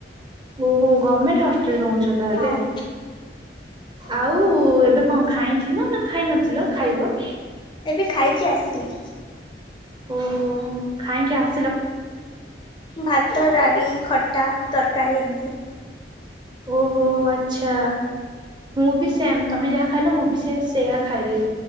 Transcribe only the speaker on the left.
ହଁ
ଏବେ ଖାଇକି ଆସିଲି।
ଭାତ, ଡାଲି, ଖଟା, ତରକାରୀ ଏମତି।